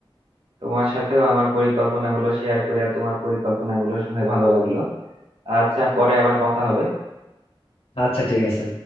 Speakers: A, on the right (about 75°); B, on the left (about 80°).
A: তোমার সাথেও আমার পরিকল্পনাগুলো শেয়ার করে আর তোমার পরিকল্পনাগুলো শুনে ভালো লাগলো আচ্ছা পরে আবার কথা হবে
B: আচ্ছা ঠিক আছে